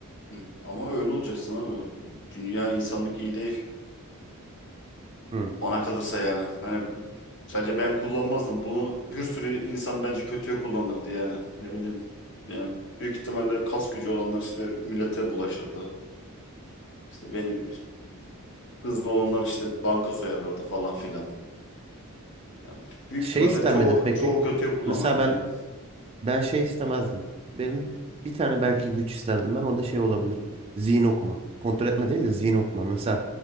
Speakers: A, on the left; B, on the right.
A: Hı. Ama öyle olacaksın abi. Dünya insanlık iyi değil.
B: Hı.
A: Bana kalırsa yani. Hani sadece ben kullanmazdım. Bunu bir sürü insan bence kötüye kullanırdı yani. Ne bileyim. Yani büyük ihtimalle kas gücü olanlar işte millete bulaşırdı. İşte beni hızlı olanlar işte banka soyarlardı falan filan. Yani büyük
B: Şey
A: ihtimalle
B: ister
A: çoğu
B: miydin peki?
A: çoğu kötüye kullanırdı
B: Mesela ben
A: yani.
B: ben şey istemezdim. Benim bir tane belki güç isterdim ben. O da şey olabilir. Zihin okuma. Kontrol etme değil de zihin okuma. Mesela